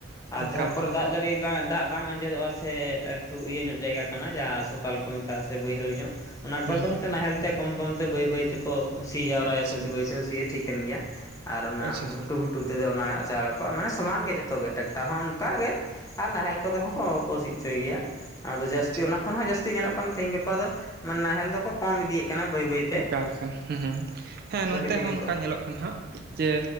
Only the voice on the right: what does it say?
ᱮᱠᱟᱞ
ᱦᱩᱸ
ᱟᱪᱪᱷᱟ
ᱟᱪᱪᱷᱟ
ᱟᱪᱪᱷᱟ
ᱮᱠᱟᱞ ᱮᱠᱟᱞ ᱦᱩᱸ ᱦᱩᱸ, ᱦᱮᱸ ᱱᱚᱱᱛᱮ
ᱦᱚᱸ ᱱᱚᱝᱠᱟ
ᱧᱮᱞᱚᱜ ᱠᱟᱱᱟ ᱦᱟᱸᱜ, ᱡᱮ